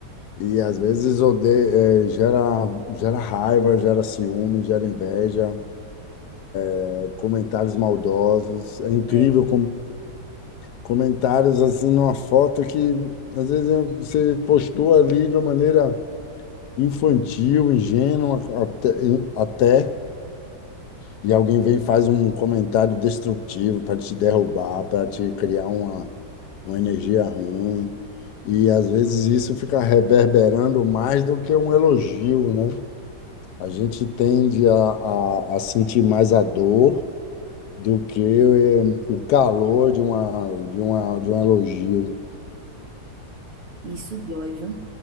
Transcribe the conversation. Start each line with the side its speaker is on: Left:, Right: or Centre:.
Left: E às vezes odeia, gera, gera raiva, gera ciúme, gera inveja, eh, comentários maldosos. É incrível
Right: É,
Left: como comentários assim numa foto que às vezes você postou ali de uma maneira infantil, ingênua até, até, e alguém vem e faz um comentário destrutivo para te derrubar, para te criar uma, uma energia ruim. E às vezes isso fica reverberando mais do que um elogio, né? A gente tende a, a, a sentir mais a dor do que eh, o calor de uma, de uma, de um elogio.
Right: isso dói, viu?